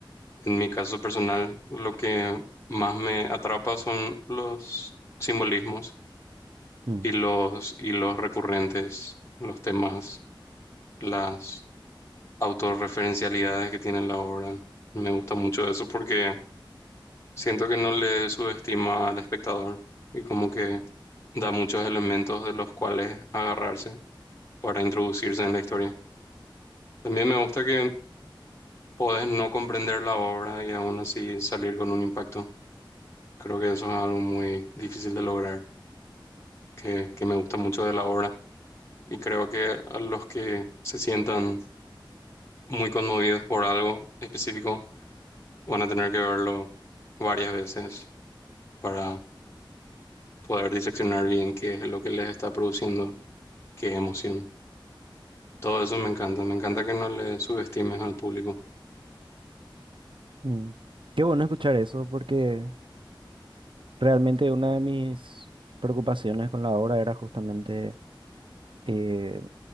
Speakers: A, on the left; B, on the right.
A: En mi caso personal, lo que más me atrapa son los simbolismos
B: Mm,
A: y los y los recurrentes, los temas, las autorreferencialidades que tiene la obra. Me gusta mucho eso porque siento que no le subestima al espectador y como que da muchos elementos de los cuales agarrarse para introducirse en la historia. También me gusta que podés no comprender la obra y aún así salir con un impacto. Creo que eso es algo muy difícil de lograr, que, que me gusta mucho de la obra. Y creo que a los que se sientan muy conmovidos por algo específico van a tener que verlo varias veces para poder diseccionar bien qué es lo que les está produciendo, qué emoción. Todo eso me encanta, me encanta que no le subestimes al público.
B: mm. Qué bueno escuchar eso porque realmente una de mis preocupaciones con la obra era justamente eh,